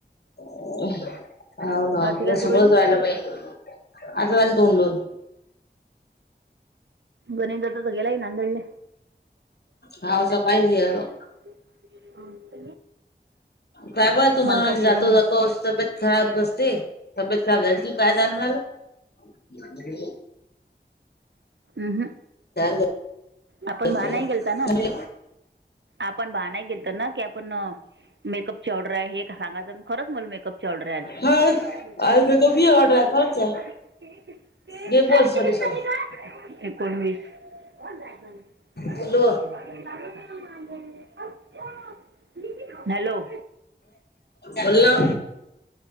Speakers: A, on the left; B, on the right.
A: हो
B: स्वाती
A: ना
B: काय करू
A: सगळंच
B: राहिली
A: वयला पाहि आता झाली तोंडून.
B: बोनी दादा तो गेलाय नादेडला
A: हाव सकाळीच गेला तो
B: अ
A: काय बा तुम्हाला
B: मलकापूरहून
A: म्हणलं जातो जातो तब्बेत का बसते तब्बेत खराब जालती काय जानुन राहील जाणे
B: उहुं.
A: दो
B: आपण बहानाही
A: म्हणी
B: केलता ना आपण भा नाय गेलतो न की आपण नं मेकअप ची ऑर्डर आहे हे सांगाचं खरंच मला मेकअप ची ऑर्डर हाय
A: हा आज कमी ऑर्डर आहे खरंच आहे
B: आज ती
A: घे बोल
B: हाफ
A: सॉरी
B: तिकीट
A: सॉरी
B: काढली ग एकोणवीस <unintelligible>
A: बोल
B: हॅलो
A: बोलों